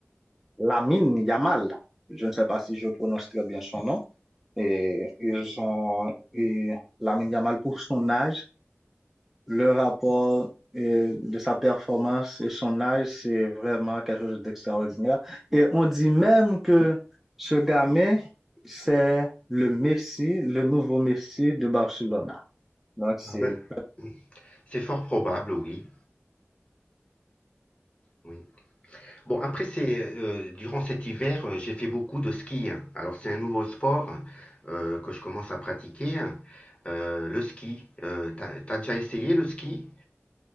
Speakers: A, in the centre; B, on the left (about 25°).
A: Lamine Yamal. Je ne sais pas si je prononce très bien son nom. Et ils ont et Lamine Yamal pour son âge. Le rapport et, de sa performance et son âge, c'est vraiment quelque chose d'extraordinaire. Et on dit même que ce gamin, c'est le Messi, le nouveau Messi de Barcelone Donc, c'est
B: Ah ben, oui. c'est fort probable, oui. Oui. Bon, après, c'est euh, durant cet hiver, euh, j'ai fait beaucoup de ski. hein. Alors, c'est un nouveau sport hein, euh, que je commence à pratiquer, hein. euh, le ski. Euh, t'as, t'as déjà essayé le ski?